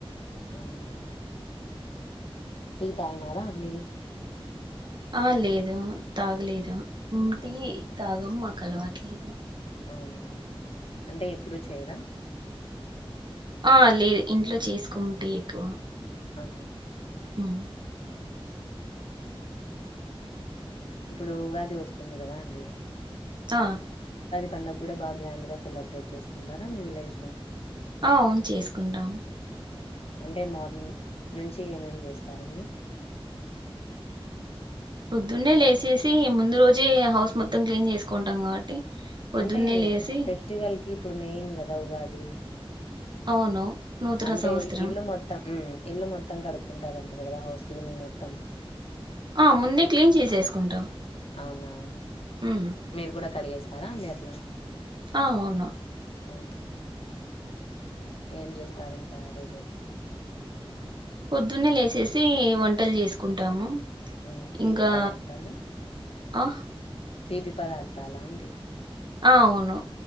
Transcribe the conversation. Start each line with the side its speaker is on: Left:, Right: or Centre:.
Left: అవునా టీ తగినారా అండి
Right: ఆ లేదు తాగలేదు మేం టీ
Left: అవును.
Right: తాగమ్ అలవట్లేదు
Left: అవునా అంటే ఎప్పుడు చేయరా
Right: ఆ లేదు ఇంట్లో చేసుకోము టీ ఎక్కువ
Left: ఆహా
Right: ఉమ్
Left: ఇప్పుడు ఉగాది వస్తుంది కదా అండి
Right: ఆ
Left: పండుగ కూడా బా గ్రాండ్ గా సెలబ్రేట్ చేసుకుంటారా మీ విలేజ్ లో
Right: అ అవును చేసుకుంటాం
Left: హుహు. అంటే మార్నింగ్ నుంచి ఏమేమి చేస్తారండి
Right: పొద్దున్నే లేచేసి ముందు రోజే హౌస్ మొత్తం క్లీన్ చేసుకుంటాం కాబట్టి పొద్దున్నే
Left: అంటే
Right: లేసి
Left: ఫెస్టివల్ కి ఇప్పుడు మెయిన్ కదా ఉగాది
Right: అవును నూతన
Left: అంటే
Right: సంవత్సరం
Left: ఇల్లు మొత్తం ఇల్లు మొత్తం కడుక్కుంటారుండి కదా హౌస్ క్లీనింగ్ మొత్తం
Right: ఆ ముందే క్లీన్ చేసేసుకుంటాం
Left: అవునా
Right: ఉమ్.
Left: మీరు కూడా కడిగేస్త తరా అ నేర్లా
Right: ఆ అవును
Left: ఆ ఏం చేస్తారు ఇంకా ఆ రోజైతే
Right: పొద్దున్నే లేచేసి వంటలు చేసుకుంటాము
Left: ఉ తీపి
Right: ఇంకా
Left: పదార్థాలు
Right: ఆ
Left: తీపి పదార్థాల అండి
Right: ఆ అవును